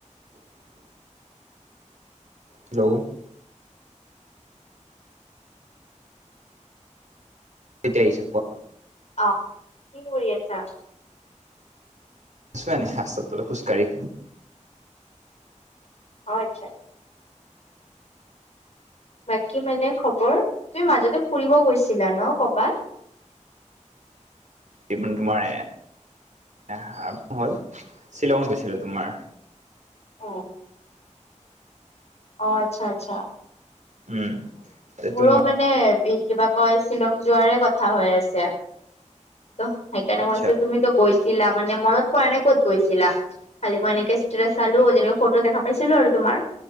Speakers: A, on the right (about 70°); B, on the left (about 60°).
A: <inaudible> Hello? তেতিয়া আহিছে ক
B: অ, কি কৰি আছা?
A: োৱ <inaudible> নেিা্তাতো খোজকাঢ়ি
B: অ আচ্ছা। বাকী মানে খবৰ, তুমি মাজতে ফুৰিব গৈছিলা ন কৰবাত?
A: <inaudible> তোমাৰে এ হা হ'ল শ্বিলঙত গৈছিলো তোমাৰ।
B: অ। অ আচ্ছা আচ্ছা।
A: উম।
B: মোৰো
A: তোমাৰ
B: মানে বি কিবা কয় শ্বিলং যোৱাৰে কথা হৈ আছে। ত সেইকাৰণে
A: আচ্ছা
B: মই কৈছোঁ তুমি ত গৈছিলা মানে মনত পৰা নাই ক'ত গৈছিলা? খালি মই এনেকে ষ্টে চালো যেনেকা ফট দেখা পাইছিলো আৰু তোমাৰ,